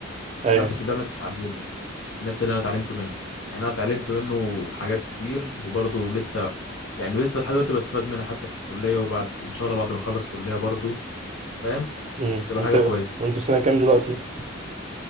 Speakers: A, on the right; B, on the left.
A: ايوه
B: نفس اللي انا اتعلمته نفس اللي انا اتعلمته منه يعني انا اتعلمت منه حاجات كتير وبرضه لسه يعني لسه لحد دلوقتي بستفاد منها حتى في الكلية وبعد ان شاء الله بعد ما اخلص كلية برضه فاهم
A: امم
B: تبقى
A: انت
B: حاجة كويسة
A: وانت في سنه كام دلوقتي